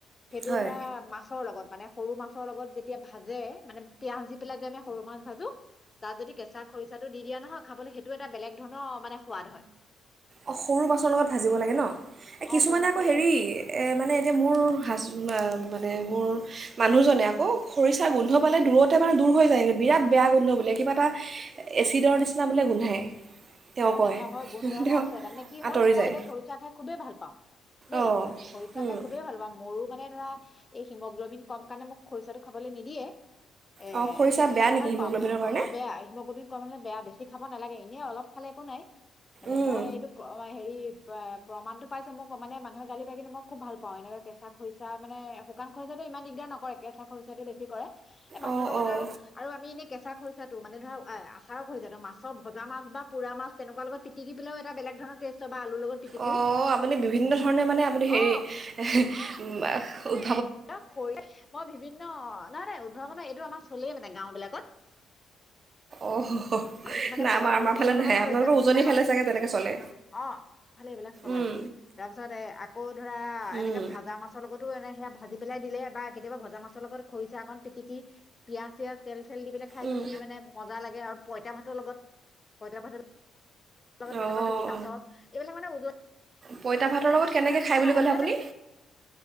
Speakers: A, on the left (about 25°); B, on the right (about 45°).
A: সেইটো
B: হয়
A: ধৰা মাছৰ লগত মানে সৰু মাছৰ লগত যেতিয়া ভাজে, মানে পিঁয়াজ দি পেলাই যে আমি সৰু মাছ ভাজো তাত যদি কেঁচা খৰিচা টো দি দিয়া নহয় খাবলৈ সেইটোও এটা বেলেগ ধৰণৰ মানে সোৱাদ হয়।
B: অ, ' সৰু মাছৰ লগত ভাজিব লাগে ন? এ কিছুমানে
A: অ সৰু মাছৰ
B: আকৌ হেৰি
A: লগত
B: এ মানে এতিয়া মোৰ হাজব, মানে মোৰ মানুহজনে আকৌ খৰিচা
A: উম
B: গোন্ধ পালে দূৰত লগতে মানে দূৰ হৈ যায়গৈ বিৰাট বেয়া গোন্ধ বোলে। কিবা এটা এছিডৰ নিচিনা বোলে গোন্ধায়। তেওঁ
A: অ, '
B: কয়
A: ন 'এ, হয়, গোন্ধ এটা
B: তেওঁ
A: আছে। তাৰমানে কি
B: আঁতৰি
A: হ'ল, মই
B: যায়
A: এতিয়া খৰচা খাই খুবেই ভাল পাওঁ। দেই।
B: অঁ
A: খৰিচা
B: উম।
A: খাই খুবেই ভাল পাওঁ, মোৰো মানে ধৰা, এই হিমোগ্লবিন কম কাৰণে, মোক খৰিচাটো খাবলৈ নিদিয়ে। এ,
B: অঁ খৰিচা
A: কিন্তু
B: বেয়া
A: মই
B: নেকি
A: ভাল
B: হিমগ্ল'বিনৰ
A: পাওঁ মানে।
B: কাৰণে
A: অ' বেয়া, হিমোগ্ল'বিন কম হ'লে‌ বেয়া <unintelligible> ছি খাব নালাগে, এনেই অলপ খালে একো নাই। মানে
B: উম।
A: মই, এইটো <unintelligible> হেৰি এ, প্ৰমাণটো পাইছে। মোক মানে, মানুহে <unintelligible> লে মই খুব ভাল পাওঁ। এনেকৈ কেঁচা খৰিচা, মানে শুকান খৰিচাটো ইমান দিগদাৰ নকৰে, কেঁচা খৰিচাটো বেছি কৰে। এ, ভাতৰ
B: অঁ
A: লগত
B: অঁ
A: আৰু, আৰু আমি এনে কেঁচা খৰিচাটো, মানে ধৰা আ-আচাৰৰ খৰিচাটো। মাছৰ, ভজা মাছ বা পোৰা মাছ, তেনেকুৱাৰ লগত পিটিকি পেলাইও এটা বেলেগ ধৰণৰ টেষ্ট হয় বা আলুৰ লগত পিটিকিও
B: অ', আপুনি বিভিন্ন ধৰণে মানে আপুনি হেৰি,
A: অ
B: এহ, মাঃ, উঃ।
A: অ, খৰি, মই বিভিন্ন, অ, নাই, নাই উদ্ভাৱনৰ এ <unintelligible> টো আমাৰ চলেই মানে, গাওঁ বিলাকত।
B: অঁ
A: কিছুমানে
B: নাই
A: পোৰা,
B: আমাৰ
A: পোৰা
B: আমাৰ
A: মাছৰ
B: ফালে নাহে
A: লগত খৰিচা
B: আপোনালোকৰ
A: পিটিকা
B: উজনিৰ ফালে
A: হয়।
B: চাগে তেনেকৈ চলে
A: অ', এইফালে এইবিলাক চলে।
B: উম
A: তাৰ পিছত এ, আকৌ ধৰা, এনেকৈ
B: উম
A: ভাজা মাছৰ লগতো, এনে সেয়া ভাজি পেলাই দিলে বা কেতিয়াবা ভজা মাছৰ লগত খৰিচা অকণ পিটিকি পিয়াঁজ-চিয়াজ তেল <unintelligible> দি পেলাই খাই
B: উম।
A: কি মানে মজা লাগে আৰু পঁইতা ভাতৰ লগত, পঁইতা ভাতৰ লগত তেনেকুৱা
B: অঁ অঁ
A: পিটিকা চব, এইবিলাক মানে উজনি
B: পঁইতা ভাতৰ লগত
A: মানুহ
B: কেনেকৈ
A: বিলাকে এইবিলাক
B: খায় বুলি
A: আচলতে
B: ক'লে আপুনি?